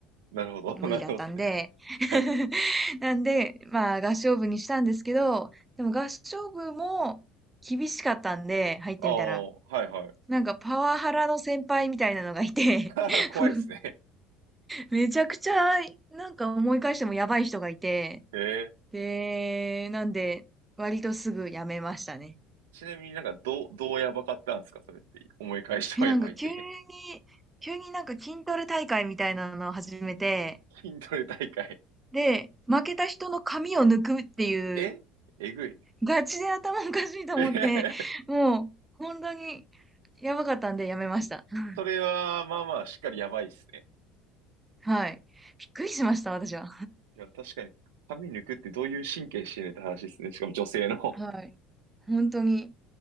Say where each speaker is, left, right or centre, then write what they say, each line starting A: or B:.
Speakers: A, on the right (about 85°); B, on the right (about 15°).
A: なるほど。
B: 無理だったんで。
A: <laughs> なるほど。
B: <laughs>
A: はい。
B: なんで、まあ合唱部にしたんですけど、でも合唱部も厳しかったんで、入ってみたら。
A: ああ、はいはい。
B: なんかパワハラの先輩みたいなのがいて、
A: <laughs>
B: <laughs>
A: 怖いですね。
B: めちゃくちゃ、なんか思い返してもやばい人がいて、
A: へえ。
B: で、なんで、割とすぐ辞めましたね。
A: ちなみになんか、どう、どうやばかったんですかそれって。思い返してもやばいって。
B: え、なんか急に、急になんか筋トレ大会みたいなのを始めて、
A: <laughs> 筋トレ大会。
B: で、負けた人の髪を抜くっていう
A: ええぐい。
B: ガチで頭おかしいと思って、
A: えへへ
B: もう、本当に、やばかったんでやめました。<laughs>
A: それは、まあまあ、しっかりやばいっすね。
B: はい。びっくりしました、私は。
A: いや、確かに、髪抜くってどういう神経してんねんって話ですね。しかも女性の。
B: はい。本当に。